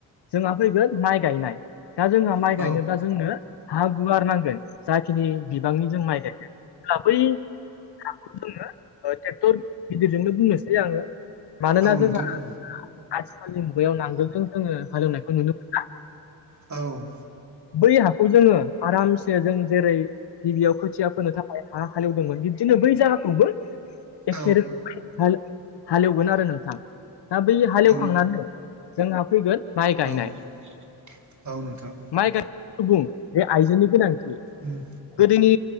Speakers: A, on the left; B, on the right.
A: जोंहा फैगोन माइ गायनाय दा जोंहा माइ
B: औ
A: गायनोब्ला जोंनो। हा गुवार नांगोन जाखिनि बिबांनि जों माइ गायगोन अब्ला बै हाखौ जोङो ओ ट्रेक्टर गिदिरजोंनो बुंनोसै आङो मानोना
B: औ
A: जोंहा
B: नोंथां औ
A: आथिखालनि मुगायाव नांगोलजों जोङो हालेवनायखौ नुनो मोन
B: औ
A: बै हाखौ जोङो आरामसे जों जेरै गिबियाव खोथिया फोनो थाखाय हा हालेवदोंमोन बिबदिनो बै जायगाखौबो
B: औ
A: एखे रोखो हाल हालेवगोन आरो नोंथां दा बै हालेवखांनानै
B: औ
A: जोंहा फैगोन माइ गायनाय
B: औ-औ नोंथां।
A: माइ गानो <unintelligible> आइजोनि गोनांथि
B: उम
A: गोदोनि